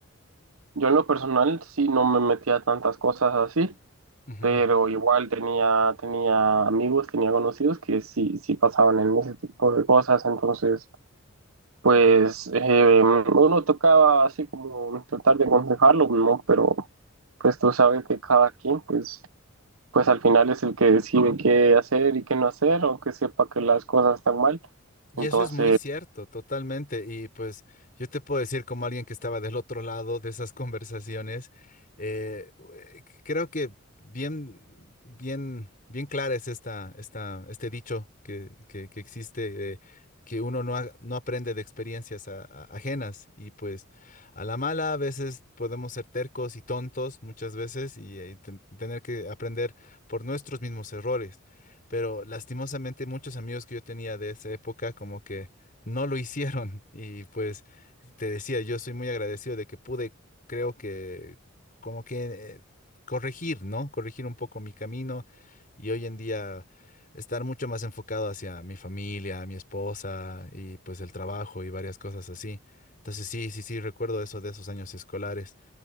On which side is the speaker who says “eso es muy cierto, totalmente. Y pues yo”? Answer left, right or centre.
Left